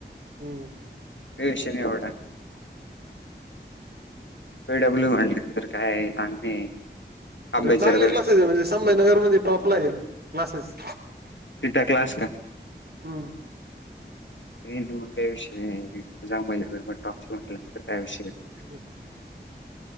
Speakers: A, on the right; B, on the left.
A: हम्
B: हे शन एवढा पीडब्ल्यू मल्यानंतर काय ताण नाही
A: अरे
B: अभ्यास
A: चांगले
B: जर
A: क्लासेस आहे म्हणजे संभयनगर म्हणजे टॉपला आहे क्लासेस
B: तिनटा क्लास का
A: हम्म
B: हे मग गा विशग मज बहिज टॉप सनला गा विशगं
A: हो